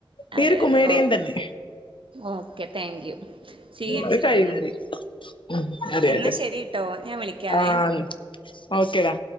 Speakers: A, on the left; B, on the right.
A: നീ
B: അതെ
A: ഒരു
B: അതെ
A: കൊമേഡിയൻ
B: ഓക്കേ
A: തന്നെ
B: ഓക്കേ താങ്ക് യു സ്വീകരിച്ചിരിക്കുന്നു
A: അത് കൈ കറി ഉം അതെ
B: എന്നാ
A: അതെ
B: ശരിട്ടോ ഞാൻ വിളിക്കാവേ
A: ആഹ് ഓക്കേടാ